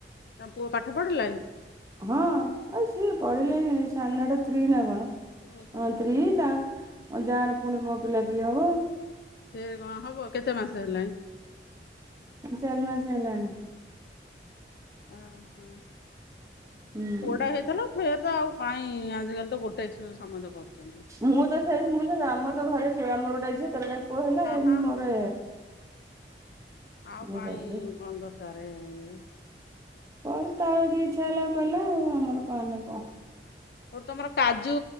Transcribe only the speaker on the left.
ତମ ପୁଅ ପାଠ ପଢିଲାଣି?
ଓହୋ।
ସେ କଣ ହବ କେତେ ମାସେ ହେଲାଣି?
ଅ ହଁ।
ପୁଅଟା ହେଇଥିଲା ଫେର୍ ତ ଆଉ କାଇଁ ଆଜିକାଲି ତ ଗୋଟେ ଛୁ ସମସ୍ତେ କରୁଛନ୍ତି।
ହଁ
ହଁ
ଆଉ
କାଇଁ
କଣ ଦରକାର ଇଏ।
ଯୋଉ ତମର କାଜୁ